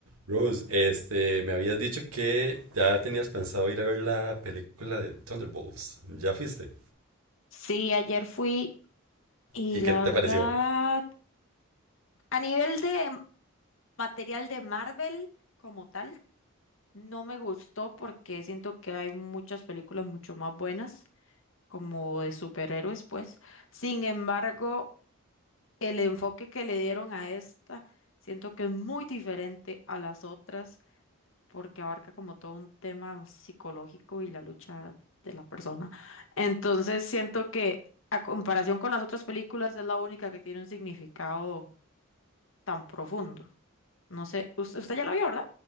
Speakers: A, on the right; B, on the left.
A: Rose, este, me habías dicho que ya tenías pensado ir a ver la película de Thunderbolts. ¿Ya fuiste?
B: Sí, ayer fui y
A: ¿Y
B: la
A: qué te
B: verdad,
A: pareció?
B: a nivel de material de Marvel como tal, no me gustó porque siento que hay muchas películas mucho más buenas, como de superhéroes, pues. Sin embargo, el enfoque que le dieron a esta, siento que es muy diferente a las otras porque abarca como todo un tema psicológico y la lucha de la persona. Entonces siento que a comparación con las otras películas es la única que tiene un significado tan profundo. No sé, usted, usted ya la vio, ¿verdad?